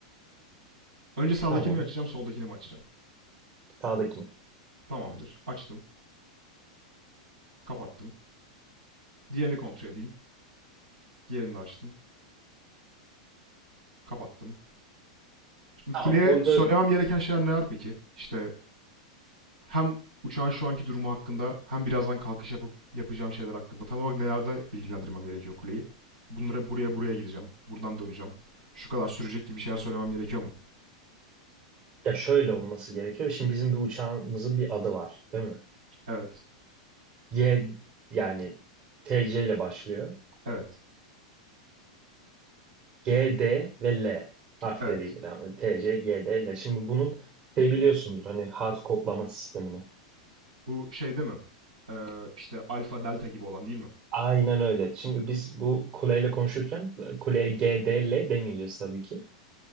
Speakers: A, on the right; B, on the right.
A: Önce sağdakini
B: Tamam.
A: mi açacağım, soldakini mi açacağım?
B: Sağdaki mi?
A: Tamamdır. Açtım, kapattım. Diğerini kontrol edeyim. Diğerini de açtım, kapattım. Şimdi
B: Tamam,
A: kuleye
B: burada
A: söylemem gereken şeyler neler peki? İşte hem uçağın şu anki durumu hakkında hem birazdan kalkış yapıp yapacağım şeyler hakkında. Tam olarak nelerde bilgilendirmem gerekiyor kuleyi? Bunlara buraya buraya gideceğim. Buradan döneceğim. Şu kadar sürecek gibi şeyler söylemem gerekiyor mu?
B: ya şöyle olması gerekiyor. Şimdi bizim bir uçağımızın bir adı var, değil mi?
A: Evet.
B: G yani TC ile başlıyor.
A: Evet.
B: GD ve L harfleriyle
A: Evet.
B: devam ediyor. TC, GD, L. Şimdi bunun şey biliyorsundur hani harf kodlama sistemini.
A: Bu şeyde mi? Ee, işte alfa delta gibi olan değil mi?
B: Aynen öyle. Şimdi biz bu kuleyle konuşurken kuleye GD, L demeyeceğiz tabii ki.